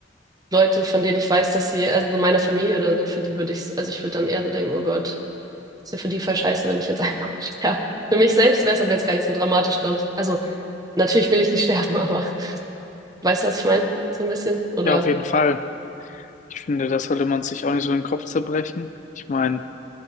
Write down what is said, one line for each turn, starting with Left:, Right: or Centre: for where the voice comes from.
Right: Leute, von denen ich weiß, dass sie, also so meine Familie oder so, für die würde ich, also ich würde dann eher so denken, oh Gott. Ist ja für die voll scheiße, wenn ich jetzt einfach <laughs> sterbe. Für mich selbst wäre es aber jetzt gar nicht so dramatisch, glaube ich. Also, natürlich will ich nicht <laughs> sterben, aber weißt du, was ich meine? So ein bisschen? Oder?
Left: Ja, auf jeden Fall. Ich finde, das sollte man sich auch nicht so in den Kopf zerbrechen. Ich meine,